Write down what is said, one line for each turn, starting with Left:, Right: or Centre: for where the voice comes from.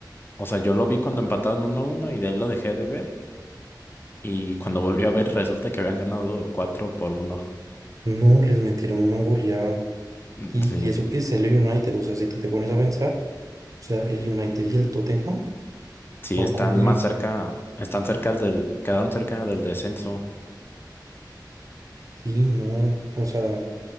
Left: o sea, yo lo vi cuando empataron uno a uno y de ahí lo dejé de ver. Y cuando volví a ver, resulta que habían ganado 4 por uno.
Right: No, les metieron una goleada.
Left: Mm,
Right: Y,
Left: Sí,
Right: y eso que es el United, o sea, si tú te pones a pensar, o sea, el United y el Tottenham
Left: sí,
Right: van
Left: están
Right: como
Left: más
Right: de...
Left: cerca, están cerca del, quedaron cerca del descenso.
Right: Sí, no, o sea...